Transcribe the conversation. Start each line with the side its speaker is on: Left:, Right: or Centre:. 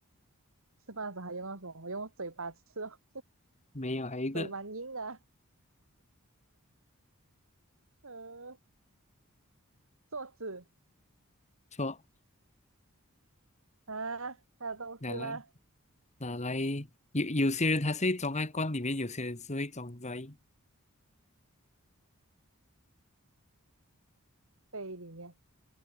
Right: 吃饭的时候还用到什么？我用嘴巴吃哦
Left: 没有，还有一个
Right: 嘴蛮硬的啊嗯，桌子
Left: 错，
Right: 啊，还有东西吗？
Left: 拿来拿来有有些人他是会装在罐里面，有些人是会装在。
Right: 杯里面，